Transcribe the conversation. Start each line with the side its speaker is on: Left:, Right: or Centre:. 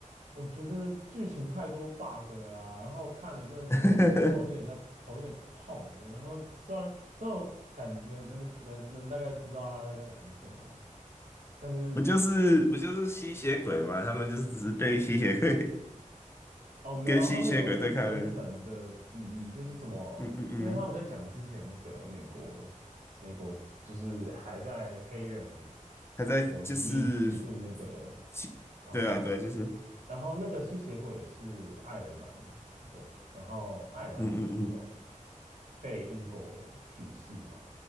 Right: 我觉得剧情太多 bug 了啊，然后看了真的是头头有点在头有点痛哎、
Left: <laughs>
Right: 然后虽然虽然我感能能能能大概知道他在讲什么，但是
Left: 不就是不就是吸血鬼嘛？他们就是只是被吸血鬼
Right: 哦，
Left: <laughs>
Right: 没有啊他们有一些深层的意义，
Left: 跟吸血鬼对抗而已，
Right: 就是什么？
Left: 嗯嗯嗯，
Right: 因为他们在讲之前那个美国，美国就是还在黑人
Left: 还在就是
Right: 有奴役制度那个，
Left: 吸，
Right: 然后，
Left: 对啊对啊，就是
Right: 然后那个吸血鬼也是爱尔兰的，然后爱尔兰也是有
Left: 嗯嗯嗯，
Right: 被英国歧视嘛，